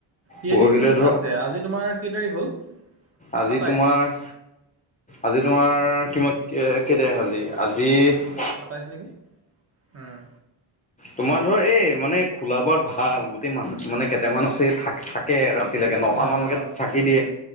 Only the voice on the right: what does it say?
কেইদিন
আছে আজি তোমাৰ কেই তাৰিখ হ'ল?
সাতাইশ
সাতাইছ নেকি উম।
অ
অ